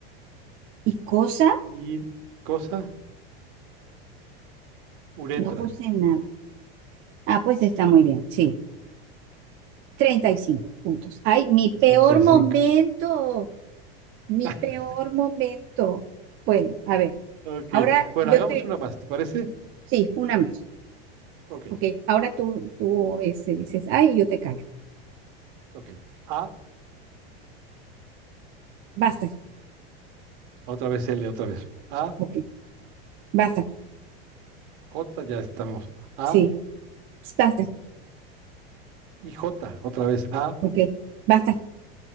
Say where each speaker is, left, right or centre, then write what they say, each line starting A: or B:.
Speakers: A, on the right; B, on the right.
A: ¿Y cosa?
B: Y cosa, uretra.
A: No puse nada. Ah, pues está muy bien, sí. treinta y cinco puntos. Ay, mi
B: Sesenta
A: peor
B: y
A: momento,
B: cinco.
A: mi
B: <laughs>
A: peor momento. Bueno, a ver,
B: Ok.
A: ahora
B: Bueno,
A: yo
B: hagamos
A: te,
B: una más, ¿te parece?
A: sí, una más.
B: Ok,
A: Ok, ahora tú, tú este, dices, ay, yo te callo.
B: ok. A,
A: Basta,
B: otra vez L, otra vez. A,
A: ok, basta,
B: J, ya estamos. A
A: sí, basta,
B: y J, otra vez. A,
A: ok, basta.